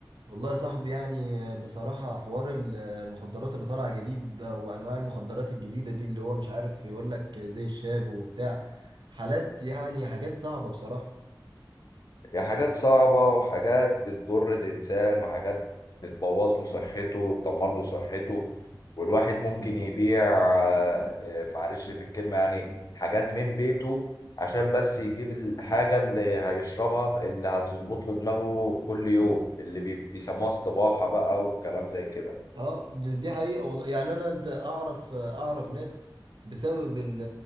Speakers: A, on the right; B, on the left.
A: والله يا صاحبي يعني آه، بصراحه حوار ال- المخدرات اللي طالعه جديد ده وانواع المخدرات الجديده دي اللي هو مش عارف يقول لك زي الشاب وبتاع حالات يعني حاجات صعبه بصراحه
B: هي حاجات صعبة وحاجات بتضر الانسان وحاجات بتبوظ له صحته وتدمر له صحته والواحد ممكن يبيع آه، آه، معلش في الكلمة يعني حاجات من بيته عشان بس يجيب الحاجة اللي هيشربها اللي هتظبط له دماغه كل يوم اللي بي- بيسموها استباحة بقى وكلام زي كده
A: اه دي دي حقيقة والله يعني انا د- اعرف اعرف ناس بسبب ال-